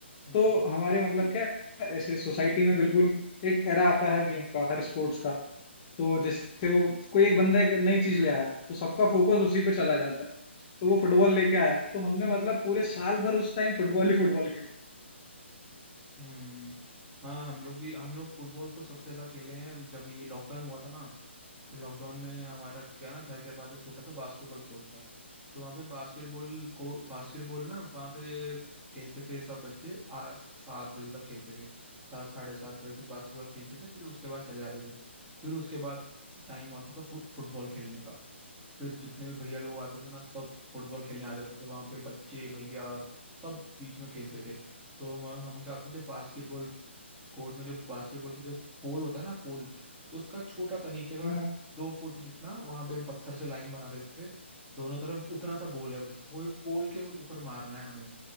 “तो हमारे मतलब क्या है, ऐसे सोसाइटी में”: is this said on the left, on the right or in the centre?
Left